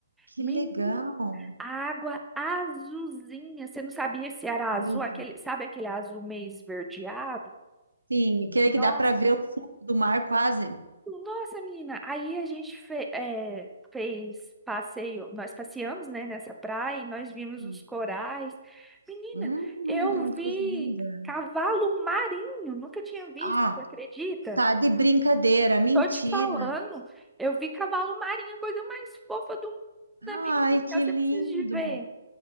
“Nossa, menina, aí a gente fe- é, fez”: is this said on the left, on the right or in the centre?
Centre